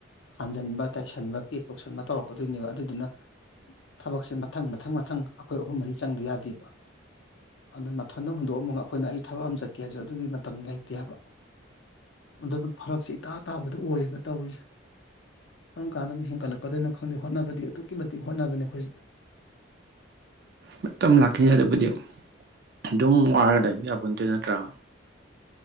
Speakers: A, on the left; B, on the right.
A: ꯍꯟꯖꯟꯕ ꯇꯥꯏꯁꯟꯕ ꯄꯦꯛ ꯇꯣꯛꯁꯟꯕ ꯇꯧꯔꯛꯀꯗꯣꯏꯅꯦꯕ ꯑꯗꯨꯗꯨꯅ ꯊꯕꯛꯁꯦ ꯃꯊꯪ ꯃꯊꯪ ꯃꯊꯪ ꯑꯩꯈꯣꯏ ꯑꯍꯨꯝ ꯃꯔꯤ ꯆꯪꯗ ꯌꯥꯗꯦꯕ ꯑꯗꯨꯅ ꯊꯣꯏꯗꯅ ꯍꯨꯟꯗꯣꯛꯑ ꯑꯃꯨꯛ ꯑꯩꯈꯣꯏꯅ ꯑꯩ ꯊꯕꯛ ꯑꯃ ꯆꯠꯀꯦꯁꯨ ꯑꯗꯨꯒꯤ ꯃꯇꯝ ꯂꯩꯇꯦ ꯍꯥꯏꯕ ꯑꯗꯨꯅ ꯐꯔꯛꯁꯦ ꯏꯇꯥ ꯇꯥꯕꯗꯣ ꯑꯣꯏꯌꯦꯕ ꯇꯧꯔꯤꯁꯦ ꯀꯔꯝ ꯀꯥꯟꯗꯕꯨ ꯍꯦꯟꯒꯠꯂꯛꯀꯗꯣꯏꯅꯣ ꯈꯪꯗꯦ ꯍꯣꯠꯅꯕꯗꯤ ꯑꯗꯨꯛꯀꯤ ꯃꯇꯤꯛ ꯍꯣꯠꯅꯕꯅꯦ ꯑꯩꯈꯣꯏꯁꯨ
B: ꯃꯇꯝ ꯂꯥꯛꯈꯤꯅꯤ ꯑꯗꯨꯕꯨꯗꯤ ꯑꯗꯨꯝ ꯋꯥꯔꯒ ꯂꯩꯕ ꯌꯥꯕꯣꯟꯇꯦ ꯅꯠꯇ꯭ꯔꯥ